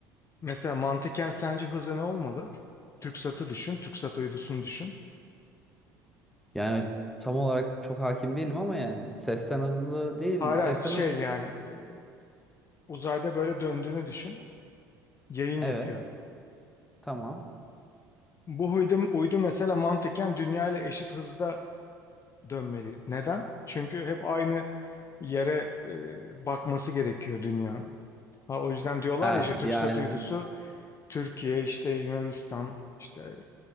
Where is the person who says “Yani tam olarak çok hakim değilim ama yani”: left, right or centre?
Centre